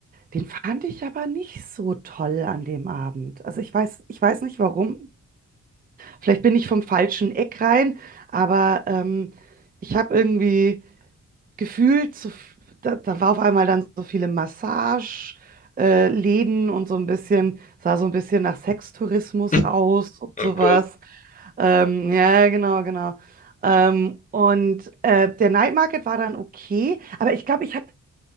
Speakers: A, on the right; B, on the left.
A: Den fand ich aber nicht so toll an dem Abend. Also ich weiß, ich weiß nicht warum. Vielleicht bin ich vom falschen Eck rein, aber ähm, ich habe irgendwie gefühlt, so, f- da, da war auf einmal dann so viele Massage, äh, Läden und so ein bisschen, sah so ein bisschen nach Sextourismus
B: <laughs>
A: aus und
B: Oh
A: sowas.
B: Gott.
A: Ähm, ja, genau, genau. Ähm, und äh, der Night Market war dann okay, aber ich glaube, ich habe